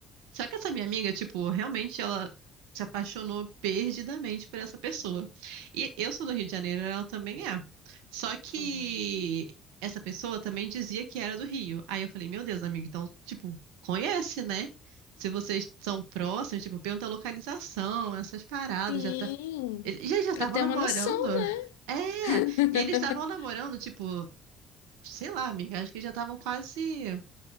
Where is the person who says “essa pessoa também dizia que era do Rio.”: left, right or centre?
Right